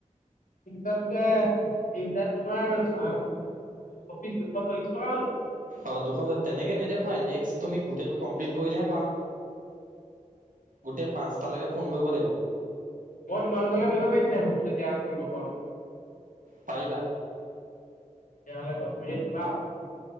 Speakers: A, on the left; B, on the right.
A: তিনিটাত এতিয়া তিনিটাত তোমাৰ আ চৌবিশ দুশ চল্লিশ। টকা হ'ল
B: অ দুশ হয় তেনেকে নেদেখুৱাই নেক্স তুমি গোটটো কমপ্লিট কৰিলেহে পাম। গোটে পাঁচটালেকে ফোন কইব লাইব।
A: মই তোমালোকলে কইব পাইম নাই মোক যেতিয়া কইব পোৱা হ'ব?
B: পাইবা।
A: তেতিয়াহ'লে দচ মিনিট দিবা আউ।